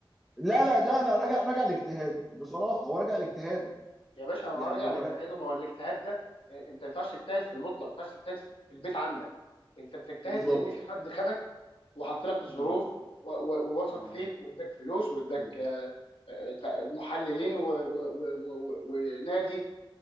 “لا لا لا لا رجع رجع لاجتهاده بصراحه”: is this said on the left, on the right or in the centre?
Centre